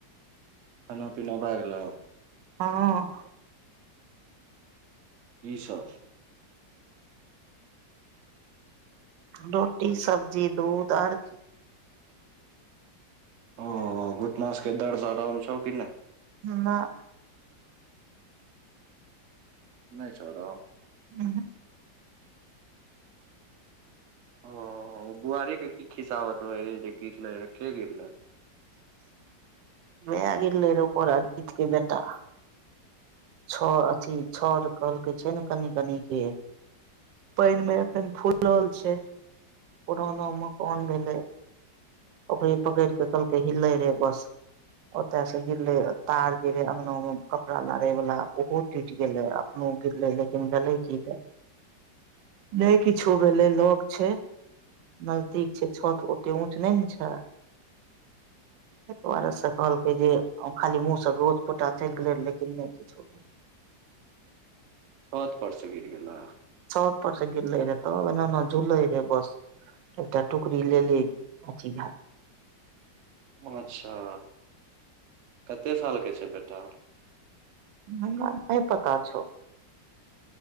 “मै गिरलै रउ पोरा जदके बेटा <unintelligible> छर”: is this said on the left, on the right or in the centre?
Right